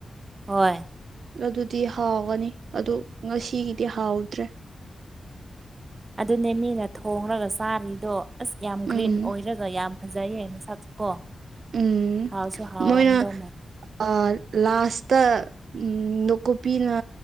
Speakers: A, on the right; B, on the right.
A: ꯍꯣꯏ
B: ꯑꯗꯨꯗꯤ ꯍꯥꯎꯒꯅꯤ ꯑꯗꯨ ꯉꯁꯤꯒꯤꯗꯤ ꯍꯥꯎꯗ꯭ꯔꯦ
A: ꯑꯗꯨꯅꯦ ꯃꯤꯅ ꯊꯣꯡꯔꯒ ꯆꯥꯔꯤꯗꯣ ꯑꯁ ꯌꯥꯝ ꯒ꯭ꯔꯤꯟ
B: ꯎꯝ
A: ꯑꯣꯏꯔꯒ ꯗꯨꯒ꫰ꯌꯥꯝ ꯐꯖꯩꯌꯦ ꯃꯁꯛꯁꯨ ꯀꯣ
B: ꯎꯝ
A: ꯍꯥꯎꯁꯨ ꯍꯥꯎꯔꯝꯗꯧ
B: ꯃꯣꯏꯅ
A: ꯃꯥꯜꯂꯦ
B: ꯑꯥ ꯂꯥꯁꯇ ꯎꯝ ꯅꯨꯀꯨꯄꯤꯅ